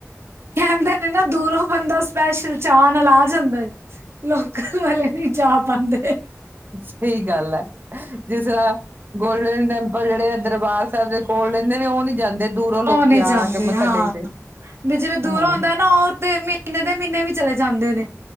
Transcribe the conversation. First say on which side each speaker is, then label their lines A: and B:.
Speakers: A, on the right; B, on the right.
A: ਕੈੱਹਦੇ ਨੇ ਨਾ, ਦੂਰੋਂ ਬੰਦਾ ਸਪੈਸ਼ਲ ਚਾਅ ਨਾਲ ਆ ਜਾਂਦਾ ਐ। ਲੋਕਲ ਵਾਲੇ ਨੀ ਜਾ ਪਾਂਦੇ।
B: ਸਈ ਗੱਲ ਐ, ਜਿਸ ਤਰ੍ਹਾਂ ਗੋਲਡਨ ਟੈਂਪਲ ਜੇਹੜੇ ਐ ਦਰਬਾਰ ਸਾਹਿਬ ਦੇ ਕੋਲ ਰੈਂਹਦੇ ਨੇ, ਔ ਨੀ ਜਾਂਦੇ। ਦੂਰੋਂ ਲੋਕੀ
A: ਔ ਨੀ
B: ਆ
A: ਜਾਂਦੇ
B: ਕੇ ਮੱਥਾ
A: ਹਾਂ,
B: ਟੇਕਦੇ
A: ਬਿ ਜਿਵੇਂ ਦੂਰੋਂ
B: ਹਾਂ
A: ਆਉਦਾ ਨਾ, ਔ ਤੇ ਮ ਮਹੀਨੇ ਦੇ ਮਹੀਨੇ ਵੀ ਚਲੇ ਜਾਂਦੇ ਨੇ,